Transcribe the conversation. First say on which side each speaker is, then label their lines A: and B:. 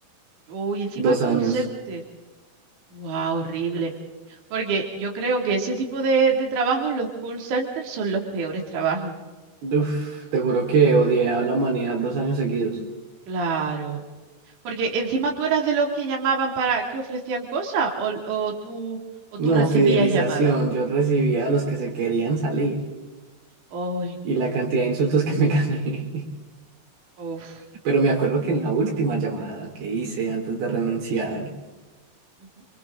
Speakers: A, on the right (about 55°); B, on the right (about 85°).
A: Uy, encima
B: dos
A: call
B: años.
A: center. Wow, horrible. Porque yo creo que ese tipo de, de trabajos, los call centers, son los peores trabajos.
B: Uf, te juro que odié a la humanidad dos años seguidos.
A: Claro. Porque encima tú eras de los que llamaban para que ofrecían cosas o, o tú, o
B: No,
A: tú recibías
B: fidelización,
A: llamadas.
B: yo recibía a los que se querían salir
A: Ay,
B: y
A: no.
B: la cantidad de insultos que me gané. <laughs>
A: Uf.
B: Pero me acuerdo que en la última llamada que hice antes de renunciar,
A: Ujú,